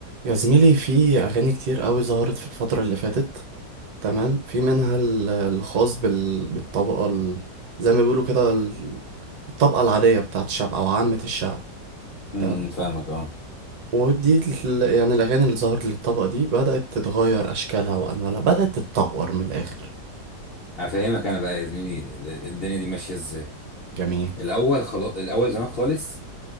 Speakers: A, on the right; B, on the left.
A: يا زميلي في أغاني كتير قوي ظهرت في الفترة اللي فاتت تمام في منها ال- الخاص بال... بالطبقة ال... زي ما بيقولوا كده ال- الطبقة العادية بتاعت الشعب أو عامة الشعب
B: امم
A: تمام
B: فاهمك اه
A: ودي ال- يعني الأغاني اللي ظهرت للطبقة دي بدأت تتغير أشكالها وأنوالها بدأت تتطور من الآخر
B: هفهمك انا بقى يا زميلي الدنيا دي ماشيه ازاي
A: جميل
B: الاول خلاص الاول زمان خالص